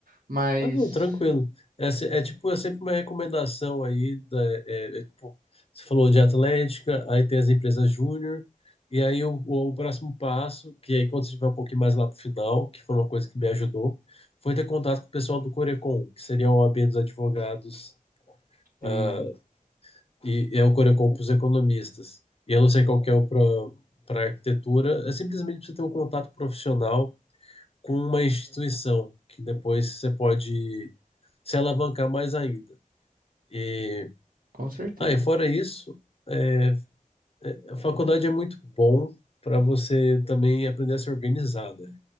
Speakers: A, on the right; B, on the left.
A: Mas.
B: Ah, não, tranquilo. É, se- é tipo, é sempre uma recomendação aí da, é, é, tipo, você falou de Atlética, aí tem as empresas júnior, e aí o, o, próximo passo, que aí quando você estiver um pouquinho mais lá pro final, que foi uma coisa que me ajudou, foi ter contato com o pessoal do Corecon, que seria a OAB dos advogados
A: Sim,
B: Ah, e é o Corecon para os economistas. E eu não sei qual que é o para arquitetura, é simplesmente você ter um contato profissional com uma instituição, que depois você pode se alavancar mais ainda. E,
A: com certeza.
B: ah, e fora isso, é, a faculdade é muito bom para você também aprender a se organizar, né?